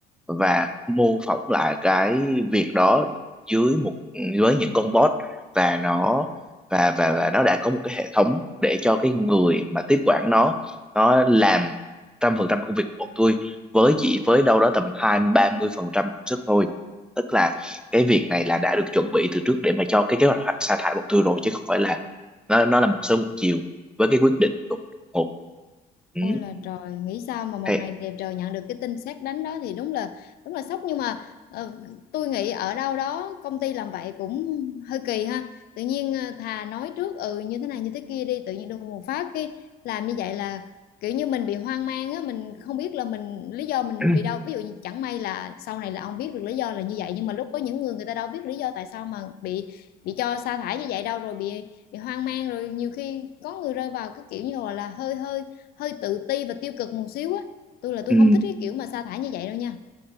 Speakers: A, in the centre; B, on the left.
A: và mô phỏng lại cái việc đó dưới một dưới những con bot và nó và và và nó đã có một cái hệ thống để cho cái người mà tiếp quản nó nó làm trăm phần trăm công việc của bọn tôi với chỉ với đâu đó tầm hai mươi ba mươi phần trăm công sức thôi tức là cái việc này là đã được chuẩn bị từ trước để mà cho cái kế hoạch sa thải bộ tư rồi chứ không phải là nó nó là một sớm một chiều với cái quyết định đột đột ngột ừ.
B: Ôi là trời, nghĩ sao mà một
A: Thì,
B: ngày đẹp trời nhận được cái tin sét đánh đó thì đúng là đúng là sốc nhưng mà ờ, tôi nghĩ ở đâu đó công ty làm vậy cũng hơi kỳ ha. Tự nhiên ờ, thà nói trước ừ như thế này như thế kia đi, tự nhiên đùng một phát cái làm như vậy là kiểu như mình bị hoang mang á, mình không biết là mình lý do mình
A: <clears throat>
B: vì đâu. Ví dụ như chẳng may là sau này là ông biết được lý do là như vậy nhưng mà lúc có những người người ta đâu biết lý do tại sao mà bị bị cho sa thải như vậy đâu rồi bị bị hoang mang rồi nhiều khi có người rơi vào cái kiểu như gọi là hơi hơi hơi tự ti và tiêu cực một xíu á tôi là tôi
A: ừ.
B: không thích cái kiểu mà sa thải như vậy đâu nha